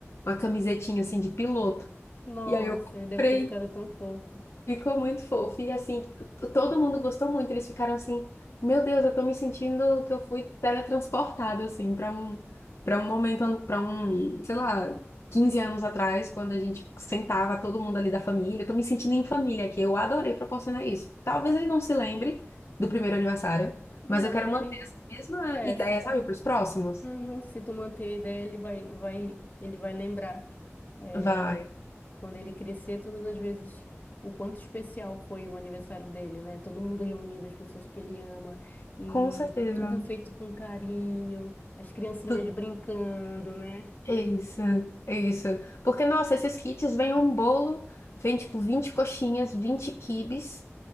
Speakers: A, on the left; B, on the left.
A: uma camisetinha assim de piloto.
B: Nossa,
A: E aí eu comprei.
B: ele deve ter ficado tão fofo.
A: Ficou muito fofo. E assim, t- t- todo mundo gostou muito. Eles ficaram assim, meu Deus, eu tô me sentindo que eu fui teletransportado, assim, para um, para um momento, para um, sei lá, 15 anos atrás, quando a gente sentava todo mundo ali da família. Eu tô me sentindo em família aqui. Eu adorei proporcionar isso. Talvez ele não se lembre do primeiro aniversário,
B: Não,
A: mas eu quero
B: mas
A: manter
B: ele.
A: essa mesma
B: É,
A: ideia,
B: se,
A: sabe, para os próximos.
B: Uhum, se tu manter a ideia, ele vai, vai, ele vai lembrar. É,
A: Vai,
B: quando ele crescer, todas as vezes o quanto especial foi o aniversário dele, né? Todo mundo reunido, as pessoas que ele ama, e
A: com certeza.
B: tudo feito com carinho, as criancinhas
A: Tu
B: brincando, né?
A: É Isso, é isso. Porque, nossa, esses kits vêm um bolo, vem tipo 20 coxinhas, 20 quibes,